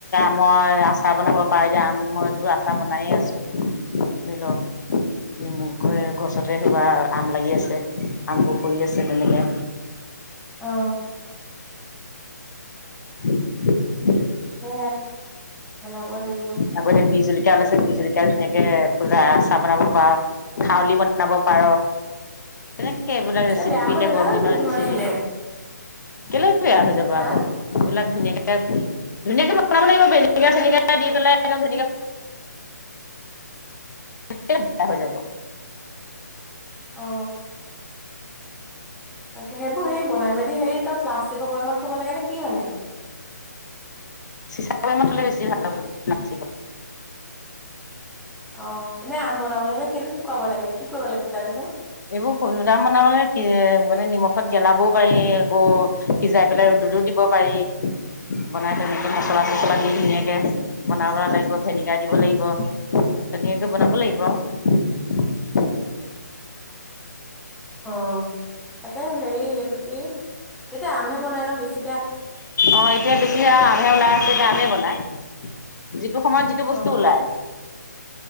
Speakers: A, on the left (about 75°); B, in the centre.
A: মই আচাৰ বনাব পাৰো এতি আম মইতো আচাৰ বনায়ে আছো ধৰি লওক নিমু গছতে আম লাগি আছে আমবোৰ সৰি আছে তেনেকে
B: অ <inaudible>
A: <inaudible>
B: সে অ অ ক'ব লাগিব
A: আকৌ এতিয়া বিজ জলকীয়া ওলাইছে বিজ জলকীয়া ধুনীয়াকে আচাৰ বনাব পাৰ খাউলি বনাব পাৰ তেনেকে এইবিলাক ৰেচিপি
B: এ বেয়া হৈ
A: এতিয়া
B: নাযায়
A: গৰম
B: জানো
A: দিনৰ
B: দুদিনমান
A: ৰেচিপি
B: থলে?
A: কেলে বেয়া হৈ যাব
B: হা?
A: আকৌ এইবিলাক ধুনীয়াকে ধুনীয়াকে বনাব লাগিব ভেনেগাৰ চেনেগাৰ দি পেলাই বনাব জানিলে কেলে বেয়া হৈ যাব
B: অ তাকে সেইবোৰ হে বনাই মেলি হেৰি তই প্লাষ্টিকৰ বৈয়ামত থ'ব লাগে নে কি মানে!
A: চিচা বৈয়ামত থলে বেছি ভাল া <inaudible>
B: অ এনে আম বনাবলৈ হ'লে কেইদিন শুকাব লাগে কি কৰিব লাগে বুজানেচোন?
A: এইবোৰখোদাম বনাব লাগে মানে নিমখত গেলাবও পাৰি আকৌ সিজাই পেলাই ৰ'দতো দিব পাৰি বনাই তেনেকৈ মছলা চছলা দি ধুনীয়াকৈ বনাব লাগিব ভেনেগাৰ দিব লাগিব তেনকৈয়েে বনাব লাগিব।
B: অ তাকে হেৰি এইটো কি এতিয়া আমহে বনাই ন বেছি
A: অ এতিয়া বেছি আম হে ওলাই আছে আমে বনাম <unintelligible> যিটো সময়ত যিটো
B: অ',
A: বস্তু ওলাই